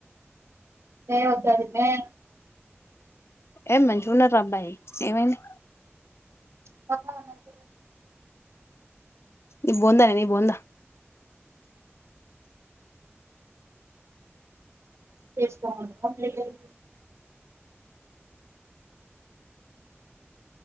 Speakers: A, on the right; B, on the left.
A: ఏ వొద్దది <inaudible>
B: ఏ మంచిగున్నడు రా అబ్బాయి ఏమైంది.
A: కొన్నా <inaudible>
B: ఉమ్ బొంద నే నీ బొంద
A: చేసుకోమను <inaudible>